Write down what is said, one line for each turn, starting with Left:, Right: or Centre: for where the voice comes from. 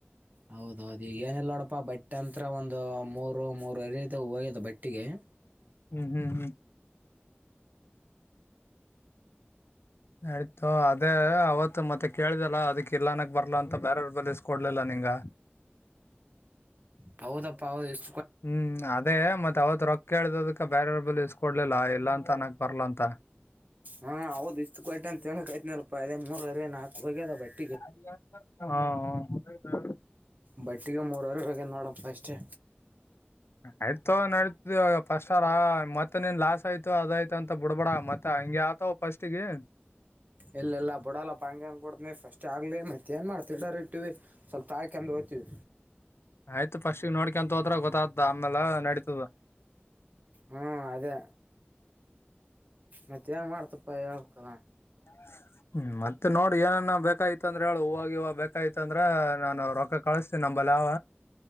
Right: ಹೌದೌದು ಈಗಏನಿಲ್ಲ ನೋಡಪ್ಪ ಬಟ್ಟೆ ಅಂತತ್ರ ಒಂದು ಮೂರು ಮೂರ ಎರದು ಹೋಗದು ಬಟ್ಟಿಗೆ
Left: ಹ್ಮ್ ಹ್ಮ್ ಹ್ಮ್ ನಯತು ಅದೇ ಅವತ್ತು ಮತ್ತೆ ಕೇಳಿದೆಲ್ಲ ಅದಕ್ ಇಲ್ಲನಕ್ ಬರ್ಲ ಅಂತ ಬೇರವ ಬಲಿಸಕ ಕೊಡ್ಲಿಲ್ಲ ನಿಂಗ
Right: ಪೌದ ಪಾವದ ಎಷ್ಟು
Left: ಹ್ಮ್ ಅದೇ ಮತ್ತತ್ ಅವತ್ ರೊಕ್ಕ ಕೇಳ್ದದಕ ಬೇರವ್ರ ಬಲ್ಲಿ ಇಸ್ಕೊಡ್ಲಿಲ್ಲ ಇಲ್ಲಾ ಅಂತ ಅನ್ನಕ್ ಬರ್ಲಾ ಅಂತ
Right: ಹಾ ಹೌದು ಇಷ್ಟು ಗಟ್ಟ ಅಂತ ಹೇಳಕಾಯತನ ಅಲ್ಪ್ಪ ಅದೇ ಮೂರಲ್ಲ ನಾಕು ಹೋಗ್ಯದ ಬಟ್ಟ
Left: ಹ
Right: ಬಟ್ಟಿಗೆ ಮೂರವರು ಬೇಕ ನೋಡ ಅಷ್ಟೇ
Left: ಆಯ್ತೋ ನಡತ ಪಫಸ್ಟ್ರ ಮತ್ತ ನೀನ್ ಲಾಸ್ ಆಯ್ತು ಅದಾಯ್ತು ಅಂತ ಬಿಡ್ಬೇಡ ಮತ್ತ ಹಂಗಗೆ ಆತ ಫಸ್ಟ್ಗೆ
Right: ಎಲ್ಲೆಲ್ಲ ಬ ಬಿಡಲ್ಲಪ್ಪ ಹಂಗೆ ಹಂಗೆ ಬಿಡ್ನಿ ಫಸ್ಟ್ ಆಗಲಿ ಮತ್ತ ಏನು ಮಾಡ್ತಿರಿ ಇಟ್ಟೀವಿ ಸ್ವಲ್ಪ ತಾಳ್ಕಂದು ಹಯ್ತೀವಿ
Left: ಆಯ್ತು ಪಫಸ್ಟ್ಗ ನೋಡ್ಕ ಅಂತ ಹೋತ್ರ ಗೊತ್ತಾದ್ ಆಮೇಲೆ ನಡಿತತದು
Right: ಹ್ಮ್ ಅದೇ ಮತ್ತೆ ಏನ್ ಮಾಡ್ತಪ್ಪ ಹೇಳ್ಲ್ಲಾ
Left: <inaudible> ಹ್ಮ್ ಮತ್ತೆ ನೋಡಿ ಏನನ ಬೇಕಾಯ ಅಂದ್ರ ಹೇಳ ಹೂವಾಗ ಇವಾಗ ಬೇಕಾಯತ ಅಂದ್ರ ನಾನು ರೊಕ್ಕ ಕಳಸ ನಂಬಲಾವ